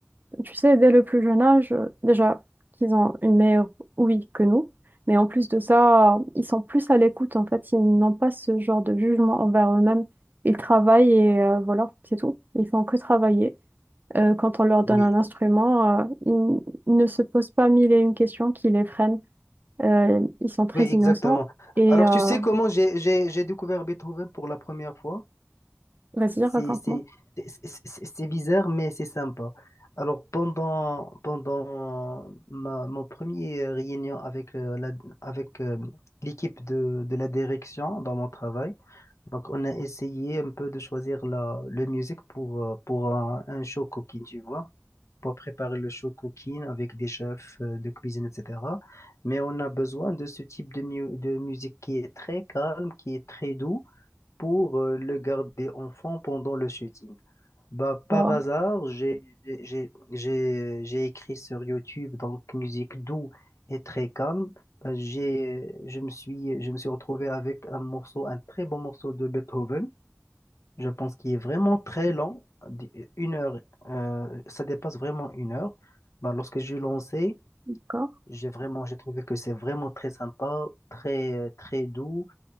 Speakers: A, on the right; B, on the left.
A: Tu sais, dès le plus jeune âge, euh, déjà, qu'ils ont une meilleure ouïe que nous, mais en plus de ça, ils sont plus à l'écoute, en fait, ils n'ont pas ce genre de jugement envers eux-mêmes. Ils travaillent et euh, voilà, c'est tout. Ils font que travailler. Euh, quand on leur donne
B: Oui,
A: un instrument, euh, ils, ils ne se posent pas mille et une questions qui les freinent. Euh, ils sont très
B: oui, exactement.
A: innocents. Et
B: Alors,
A: euh,
B: tu sais comment j'ai, j'ai, j'ai découvert Beethoven pour la première fois?
A: vas-y,
B: C'est
A: raconte-moi.
B: c'est- c'est- c'est- c'est bizarre, mais c'est sympa. Alors, pendant, pendant ma, mon premier euh, réunion avec, euh, la, avec euh, l'équipe de, de la direction dans mon travail, donc on a essayé un peu de choisir la, le musique pour, euh, pour un, un show cooking, tu vois, pour préparer le show cooking avec des chefs euh, de cuisine, etc. Mais on a besoin de ce type de, mu- de musique qui est très calme, qui est très doux pour euh, le garder en fond pendant le shooting. Bah, par
A: Voilà.
B: hasard, j'ai j'ai j'ai j'ai écrit sur YouTube donc musique doux et très calme. Bah, j'ai je me suis je me suis retrouvé avec un morceau un très bon morceau de Beethoven. Je pense qu'il est vraiment très lent, une heure euh, ça dépasse vraiment une heure. Bah, lorsque j'ai lancé,
A: D'accord.
B: j'ai vraiment j'ai trouvé que c'est vraiment très sympa, très très doux.